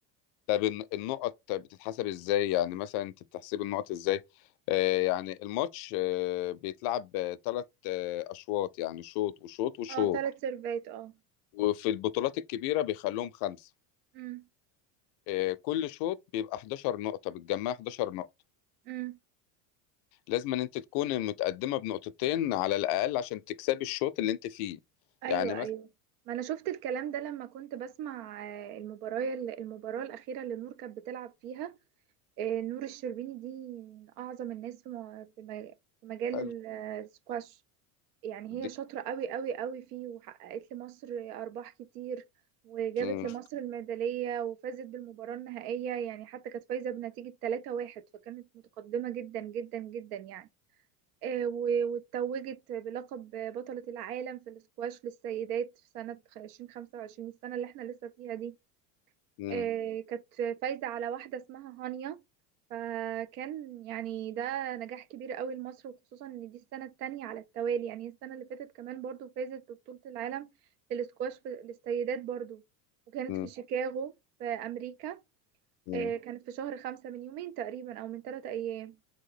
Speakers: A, on the left (about 55°); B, on the right (about 80°).
A: طب الن- النقط بتتحسب إزاي يعني مثلا أنت بتحسب النقط إزاي آه يعني الماتش آه بيتلعب ثلاث آه أشواط يعني شوط وشوط وشوط
B: اه تلات سيرفات اه
A: وفي البطولات الكبيرة بيخلوهم خمسة
B: مم،
A: آه، كل شوط بيبقى 11 نقطة بتجمع 11 نقطة
B: مم.
A: لازم ان انت تكون متقدمة بنقطتين على الأقل عشان تكسبي الشوط اللي انت فيه
B: ايوه
A: يعني مثلا
B: ايوه ما انا شفت الكلام ده لما كنت بسمع آه، المباراة المباراة الأخيرة اللي نور كانت بتلعب فيها آه، نور الشربيني دي من أعظم الناس في م- في م- في مجال
A: حلو
B: السكواش يعني
A: جداً.
B: هي شاطرة قوي قوي قوي فيه وحققت لمصر أرباح كتير وجابت
A: مم.
B: لمصر الميدالية وفازت بالمباراة النهائية يعني حتى كانت فايزة بنتيجة 3-1 فكانت متقدمة جدا جدا جدا يعني آه، و- واتوجت بلقب بطلة العالم في الاسكواش للسيدات في سنة 2025 السنة اللي احنا لسه فيها دي
A: مم.
B: آه، كانت فايزة على واحدة اسمها هانيا فكان يعني ده نجاح كبير قوي لمصر وخصوصا ان دي السنة التانية على التوالي يعني السنة اللي فاتت كمان برضو فازت ببطولة العالم في الاسكواش في- للسيدات برضو وكانت
A: مم.
B: في شيكاغو في أمريكا
A: مم.
B: آه، كانت في شهر خمسة من يومين تقريبا أو من ثلاثة أيام